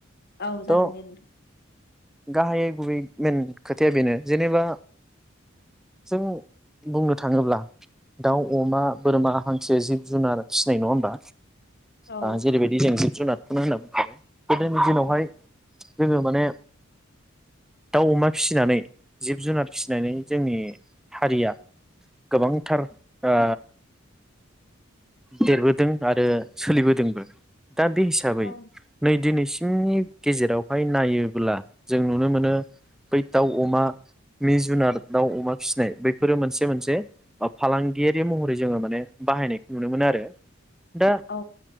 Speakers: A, on the left (about 50°); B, in the centre.
A: औ
B: थ'
A: जागोन दे नोंथां।
B: गाहायै गुबै मेन खोथाया बेनो जेनेबा जों बुंनो थाङोब्ला दाउ, अमा, बोरमा <unintelligible> जिब जुनार फिसिनाय नङा होमबा?
A: औ
B: आ जेरबायदि जों जिब-जुनारखौनो होनदों गोदोनि दिनावहाय जोङो माने दाउ-अमा फिसिनानै जिब-जुनार फिसिनानै जोंनि हारिया गोबांथार आ देरबोदों आरो सोलिबोदोंबो। दा बे हिसाबै
A: औ
B: नै दिनैसिम जोंनि गेजेरावहाय नायोब्ला जों नुनो मोनो बै दाउ-अमा, मि-जुनार, दाउ-अमा फिसिनाय बैफोरो मोनसे मोनसे फालांगियारि महरै जोङो माने बाहायनायखौ नुनो मोनो आरो । दा
A: औ